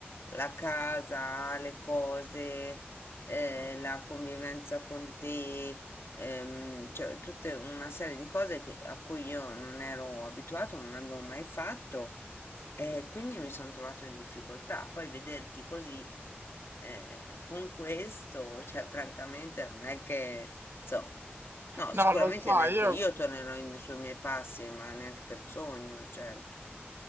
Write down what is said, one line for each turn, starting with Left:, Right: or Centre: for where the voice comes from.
Left: la casa, le cose, eh, la convivenza con te, ehm, cioè tutta una serie di cose che- a cui io non ero abituato, non avevo mai fatto e quindi mi sono trovato in difficoltà. Poi vederti così, eh, con questo, cioè francamente non è che, insomma, no,
Right: No,
Left: sicuramente
Right: lo so,
Left: neanche
Right: io
Left: io tornerò in- sui miei passi, ma neanche per sogno, certo,